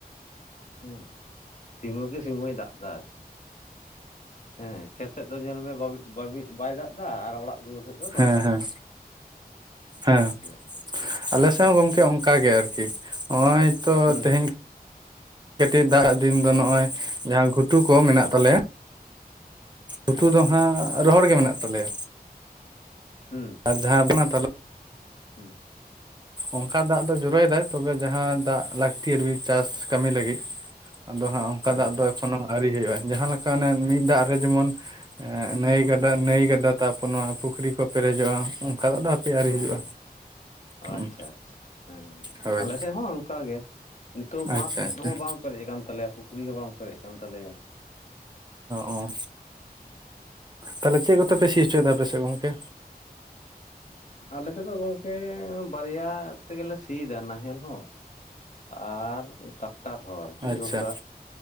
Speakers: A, on the left (about 50°); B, on the right (about 25°).
A: ᱦᱩᱸ ᱥᱤᱢᱚ ᱠᱤ ᱥᱤᱢᱚᱭ ᱫᱟᱜ ᱮᱫᱟ ᱟᱨᱠᱤ ᱦᱮᱸ ᱠᱷᱮᱛ ᱥᱮᱫ ᱫᱚ ᱧᱮᱞ ᱢᱮ <unintelligible> ᱵᱟᱭ ᱫᱟᱜ ᱮᱫᱟ ᱟᱨ ᱚᱲᱟᱜ ᱫᱩᱣᱟᱹᱨ ᱥᱮᱫ ᱫᱚ ᱫᱚᱢᱮ
B: ᱦᱮᱸ
A: ᱫᱟᱜ
B: ᱦᱮᱸ ᱦᱮᱸ
A: ᱵᱩᱡ ᱠᱮᱫᱟᱢ ᱠᱮᱫᱟᱢ
B: ᱟᱞᱮ ᱥᱮᱫ ᱦᱚᱸ ᱜᱚᱢᱠᱮ ᱚᱱᱠᱟ ᱜᱮ ᱟᱨᱠᱤ ᱱᱚᱜ-ᱚᱭ ᱛᱚ
A: ᱦᱩᱸ
B: ᱛᱮᱦᱮᱧᱼᱼ ᱠᱟᱹᱴᱤᱡ ᱫᱟᱜ ᱫᱤᱱ ᱫᱚ ᱱᱚᱜ-ᱚᱭ ᱡᱟᱦᱟᱸ ᱜᱷᱩᱴᱩ ᱠᱚ ᱢᱮᱱᱟᱜ ᱛᱟᱞᱮᱭᱟ
A: ᱦᱩᱸ ᱦᱮᱸ
B: ᱩᱛᱩ ᱫᱚ ᱦᱟᱸᱜ ᱨᱚᱦᱚᱲ ᱜᱮ ᱢᱮᱱᱟᱜ ᱛᱟᱞᱮᱭᱟ
A: ᱦᱩᱸ
B: ᱟᱨ ᱡᱟᱦᱟᱸ ᱟᱵᱤᱱᱟᱜ ᱛᱟᱞᱟ
A: ᱦᱩᱸ,
B: ᱚᱱᱠᱟ ᱫᱟᱜ ᱫᱚ ᱡᱩᱨᱚᱭ ᱫᱟᱭ, ᱛᱚᱵᱮ ᱡᱟᱦᱟᱸ ᱫᱟᱜ ᱞᱟᱹᱠᱛᱤ ᱟᱨ ᱪᱟᱥ ᱠᱟᱹᱢᱤ ᱞᱟᱹᱜᱤᱫ ᱾
A: <inaudible>
B: ᱟᱫᱚ ᱦᱟᱸᱜ ᱚᱱᱠᱟ
A: ᱦᱮᱸ
B: ᱫᱟᱜ
A: ᱦᱮᱸ
B: ᱫᱚ ᱮᱠᱷᱚᱱᱳ ᱟᱹᱣᱨᱤ ᱦᱩᱭᱩᱜᱼᱟ ᱾ᱡᱟᱦᱟ ᱞᱮᱠᱟ ᱚᱱᱮ ᱢᱤᱫ ᱫᱟᱜ ᱨᱮ ᱡᱮᱢᱚᱱ ᱱᱟᱹᱭ ᱜᱟᱰᱟ
A: ᱦᱮᱸ
B: ᱱᱟᱹᱭ ᱜᱟᱰᱟ ᱛᱟᱨᱯᱚᱨ ᱱᱚᱣᱟ ᱯᱩᱠᱷᱨᱤ ᱠᱚ ᱯᱮᱨᱮᱡᱚᱜᱟ ᱾ᱚᱱᱠᱟ ᱫᱚᱜ ᱫᱚ ᱦᱟᱯᱮ ᱟᱨᱣᱨᱤ
A: ᱦᱮᱸ
B: ᱦᱤᱡᱩᱜᱼᱟ᱾
A: ᱦᱮᱸ
B: ᱦᱩᱸ
A: ᱟᱪᱪᱷᱟ ᱟᱪᱪᱷᱟ,
B: ᱦᱳᱭ
A: ᱟᱞᱮᱥᱮᱫ ᱦᱚᱸ ᱚᱱᱠᱟ ᱜᱮ, ᱱᱤᱛᱚᱜ ᱵᱟᱸᱫ
B: ᱟᱪᱪᱷᱟ ᱟᱪᱪᱷᱟ
A: ᱦᱚᱸ ᱵᱟᱝ ᱯᱮᱨᱮᱡ ᱟᱠᱟᱱ ᱛᱟᱞᱮᱭᱟ ᱾ ᱯᱩᱠᱷᱨᱤ ᱦᱚᱸ ᱵᱟᱝ ᱯᱮᱨᱮᱡ ᱟᱠᱟᱱ ᱛᱟᱞᱮᱭᱟ ᱾
B: ᱚ ᱛᱟᱦᱞᱮ ᱪᱮᱫ ᱠᱚᱛᱮ ᱯᱮ ᱥᱤ ᱦᱚᱪᱚᱭ ᱮᱫᱟ ᱟᱯᱮ ᱥᱮᱫ ᱜᱚᱢᱠᱮ?
A: ᱟᱞᱮ ᱥᱮᱫ ᱫᱚ ᱜᱚᱝᱠᱮ ᱵᱟᱨᱭᱟ ᱛᱮᱜᱮᱞᱮ ᱥᱤᱭ ᱫᱟ ᱱᱟᱦᱮᱞ ᱦᱚᱸ, ᱟᱨ ᱴᱟᱠᱴᱟᱨ ᱦᱚ, ᱟᱨᱠᱤ
B: ᱟᱪᱪᱷᱟ
A: ᱨᱩᱴᱟᱨ